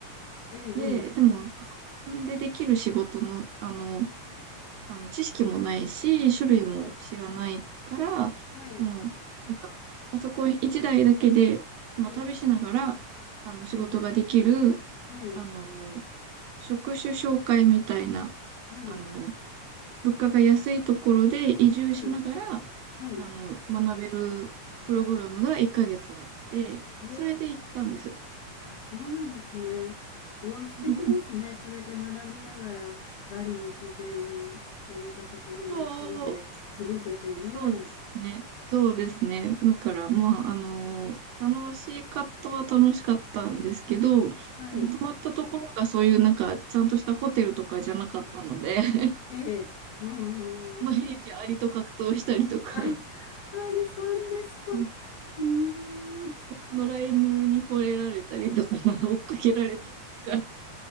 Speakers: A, on the left; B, on the right.
A: ええ、
B: で、でも、
A: ええ
B: パソコンでできる仕事の、あの、あの、知識もないし、種類も知らないから、
A: はい、はい、
B: その、なんか、パソコン一台だいだけで、まあ、
A: ええ、
B: 旅しながら、あの、仕事ができる、
A: ええ、はい、
B: あの、職種紹介みたいな、
A: はい、
B: あの、物価が安いところで移住しながら、
A: はい、はい、
B: あの、学べるプログラムが1ヶ月あって、
A: ええ、
B: それで行ったんですよ。
A: あ、そうなんですね。うわ、素敵ですね。
B: <laughs>
A: それで学びながら、バリの自然というか、そこの街で過ごせてね。
B: そうそうですね。そうですね。
A: うん
B: だから、まあ、あの、楽しかったは楽しかったんですけど、
A: はい、
B: その泊まったところがそういうなんか、ちゃんとしたホテルとかじゃなかったので、<laughs>
A: ええ、うん、
B: 毎日アリと格闘したりとか、
A: あり、ありさんですか。
B: <laughs> で
A: うーん
B: 野良犬に惚れられたりとか、<laughs> 追っかけられたりとか、